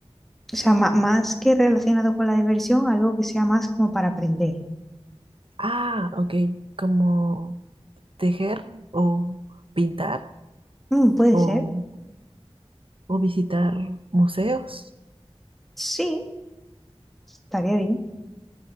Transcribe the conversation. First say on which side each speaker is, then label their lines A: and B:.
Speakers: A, in the centre; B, on the right (about 55°).
A: o sea, ma- más que relacionado con la diversión, algo que sea más como para aprender.
B: Ah, ok, como tejer o pintar
A: Mm, puede
B: o
A: ser.
B: o visitar museos.
A: Sí, estaría bien.